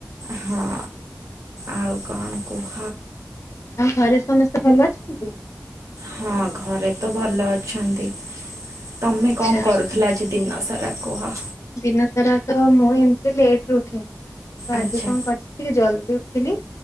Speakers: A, on the right; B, on the left.
A: ହଁ, ଆଉ କଣ କୁହ?
B: <unintelligible> ଘରେ ସମସ୍ତେ ଭଲ ଅଛନ୍ତି?
A: ହଁ ଘରେ ତ ଭଲ ଅଛନ୍ତି। ତମେ
B: ଆଚ୍ଛା
A: କଣ କରୁ ଥିଲ ଆଜି ଦିନ ସାରା କୁହ?
B: ଦିନ ସାରା ତ ମୁଁ ଏମତି ଲେଟରେ ଉଠେ। ତ
A: ଆଚ୍ଛା
B: ଆଜି କଣ କରି ଟିକେ ଜଲ୍ଦି ଉଠିଥିଲି,